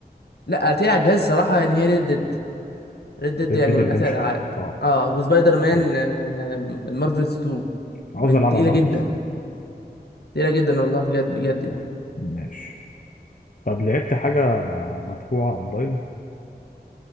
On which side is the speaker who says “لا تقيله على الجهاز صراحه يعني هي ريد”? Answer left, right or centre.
Left